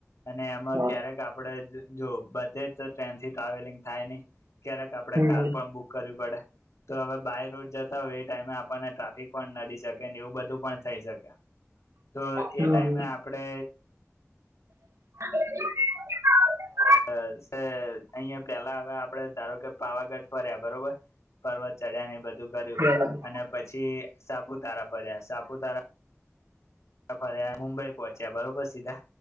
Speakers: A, on the left (about 80°); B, on the right (about 80°).
A: અને એમાં
B: હા.
A: ક્યારેક આપડે જો બધે ટ્રેન થી ટ્રાવેલિંગ થાય નહી. ક્યારેક આપડણે
B: હમ
A: કાર
B: હમ
A: પણ બુક કરવી પડે. તો હવે બાય રોડ જતા હોય એ ટાઈમે આપણને ટ્રાફિક પણ નડી શકેને એવું બધું પણ થઈ શકે. તો
B: હમ
A: એ ટાઈમે આપણે
B: હ <inaudible>
A: અહિયાં પેલા હવે આપડે ધારો કે પાવાગઢ ફર્યા બરોબર. પર્વત ચડ્યા ને બધું કર્યું
B: બરાબર.
A: અને પછી સાપુતારા પડ્યા સાપુતારા ફર્યાં. મુંબઈ પહોંચ્યા બરોબર સીધા